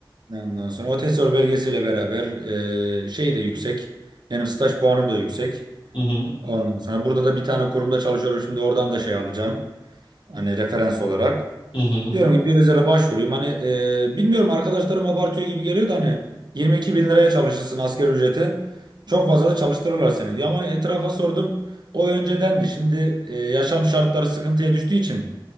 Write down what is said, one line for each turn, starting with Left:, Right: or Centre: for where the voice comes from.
Right: Ondan sonra o TESOL belgesiyle beraber e, şey de yüksek. Benim staj puanım da yüksek.
Left: Hı hı.
Right: Ondan sonra burada da bir tane kurumda çalışıyorum. Şimdi oradan da şey alacağım. Hani referans olarak.
Left: Hı hı.
Right: Diyorum ki bir özele başvurayım. Hani e, bilmiyorum arkadaşlarım abartıyor gibi geliyor da hani 22 bin liraya çalışırsın asgari ücreti. Çok fazla da çalıştırırlar seni diyor. Ama etrafa sordum. O öncedendi. Şimdi e, yaşam şartları sıkıntıya düştüğü için